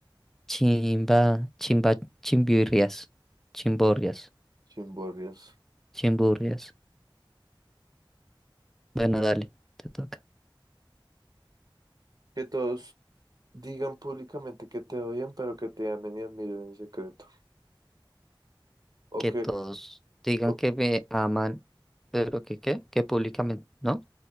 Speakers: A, in the centre; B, on the right.
A: Chimba, chimba, chimbirrias. Chimborrias.
B: chimborrias.
A: Chimburrias. Bueno, dale, te toca.
B: Que todos digan públicamente que te odian, pero que te amen y admiren en secreto. O
A: Que
B: que,
A: todos digan
B: o
A: que me aman, pero que qué, que públicamente, ¿no?